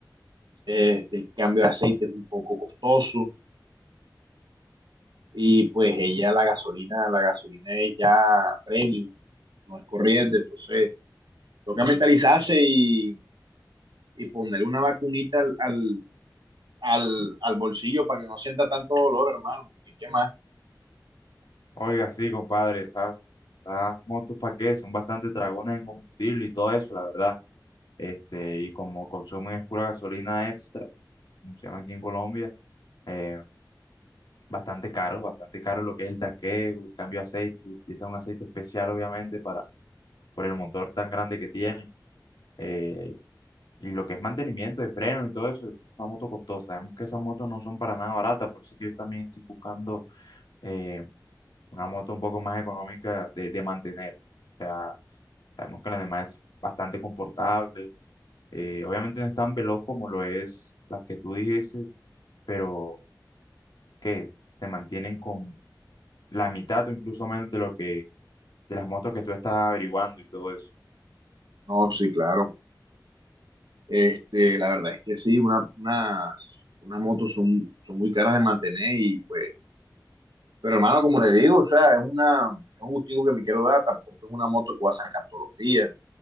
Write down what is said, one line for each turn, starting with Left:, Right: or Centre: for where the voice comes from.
Right: eh, el cambio de aceite es un poco costoso y pues ella la gasolina, la gasolina es ya premium, no es corriente, entonces toca mentalizarse y, y ponerle una vacunita al, al, al, al bolsillo para que no sienta tanto dolor, hermano, ¿y qué más?
Left: Oiga, sí, compadre, esas, esas motos para qué, son bastante dragones en combustible y todo eso, la verdad. Este, y como consumen es pura gasolina extra, como se llama aquí en Colombia, eh, bastante caro, bastante caro lo que es el tanqueo, el cambio de aceite, utilizan un aceite especial, obviamente, para, por el motor tan grande que tienen. eh, y lo que es mantenimiento de freno y todo eso, es una moto costosa. Sabemos que esas motos no son para nada baratas, por eso que yo también estoy buscando. eh, una moto un poco más económica de, de mantener. O sea, sabemos que la demás es bastante confortable. Eh, obviamente no es tan veloz como lo es las que tú dices, pero que se mantienen con la mitad o incluso menos de lo que de las motos que tú estás averiguando y todo eso.
Right: No, sí, claro. Este, la verdad es que sí, una, unas, unas motos son, son muy caras de mantener y pues, pero hermano, como le digo, o sea, es una, es un gustico que me quiero dar, tampoco es una moto que voy a sacar todos los días,